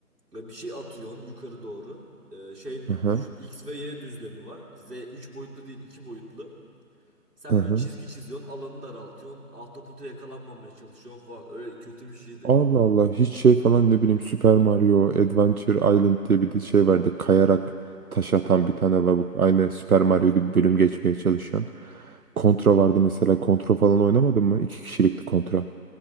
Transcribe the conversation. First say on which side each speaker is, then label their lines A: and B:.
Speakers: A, on the right (about 80°); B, on the right (about 65°).
A: e, bir şey atıyorsun yukarı doğru. E, şey gibi
B: Hı hı.
A: düşün. X ve Y düzlemi var. Z 3 boyutlu değil 2 boyutlu. Sen
B: Hı hı.
A: böyle çizgi çiziyorsun, alanı daraltıyorsun, ahtapota yakalanmamaya çalışıyorsun falan. Öyle kötü bir şeydi.
B: Allah Allah hiç şey falan ne bileyim Super Mario Adventure Island diye bir de şey vardı. Kayarak taş atan bir tane lavuk. Aynı Super Mario gibi bölüm geçmeye çalışıyorsun. Kontra vardı mesela. Kontra falan oynamadın mı? İki kişilikti kontra.